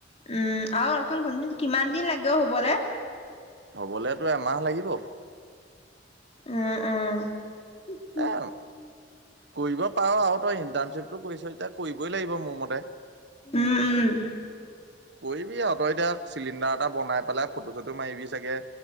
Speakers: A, on the left; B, on the right.
A: উম আৰু ৰচোন শুনচোন কিমান দিন লাগে অ হবলে
B: হ'বলেতো এমাহ লাগিব
A: উম উম
B: এ কৰিব পাৰ আৱ তই ইণ্টাৰ্ণশ্বিপটো কৰিছ যেতিয়া কৰিবই লাগিব মোৰ মতে
A: উম উম
B: কৰিবি আৱ তই এতিয়া চিলিণ্ডাৰ এটা বনাই পেলাই ফটো চটো মাৰিবি চাগে